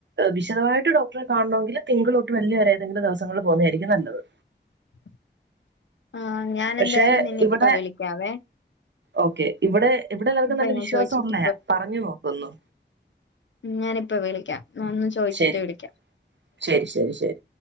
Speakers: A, on the right; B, on the left.
A: വിശദമായിട്ട് ഡോക്ടറെ കാണമെങ്കിൽ തിങ്കൾ തൊട്ട് വെള്ളി വരെ ഏതെങ്കിലും ദിവസങ്ങൾ പോകുന്നതായിരിക്കും നല്ലത്.
B: <inaudible> ഞാൻ
A: പക്ഷെ
B: എന്തായാലും നിന്നെ
A: ഇവിടെ
B: ഇപ്പ വിളിക്കാവേ
A: ഓക്കേ. ഇവിടെ ഇവിടെ എല്ലാവർക്കും
B: ഇപ്പൊ
A: നല്ല
B: ഞാൻ
A: വിശ്വാസം
B: ചോദിച്ചിട്ട്
A: ഉള്ള പറഞ്ഞു നോക്ക് ഒന്ന്.
B: ഞാനിപ്പം വിളിക്കാം ഒന്ന് ചോയിച്ചിട്ട്
A: ശരി
B: വിളിക്കാം.
A: ശരി ശരി ശരി